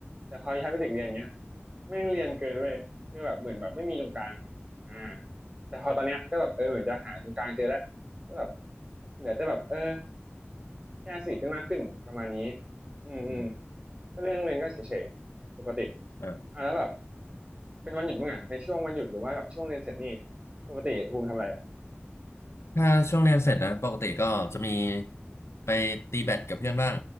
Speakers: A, on the right; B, on the left.
A: แต่พอย้ายไปเด็กเรียนเงี้ย ไม่งเรียนเกินเว้ยคือแบบเหมือนแบบไม่มีตรงกลางอ่าแต่พอตอนเนี้ยก็แบบเออเหมือนจะหาตรงกลางเจอแล้วก็แบบเหลือแต่แบบเออแค่สนิทกันมากขึ้นประมาณนี้อืมอืม
B: อืม
A: ก็เรื่องเรียนก็เฉยๆปกติ
B: อ่า
A: อ่ะแล้วแบบเป็นวันหยุดมั้งอ่ะในช่วงวันหยุดหรือว่าแบบช่วงเรียนเสร็จนี่ปกติภูมิทำอะไรอ่ะ
B: ถ้าช่วงเรียนเสร็จนะปกติก็จะมีไปตีแบดกับเพื่อนบ้าง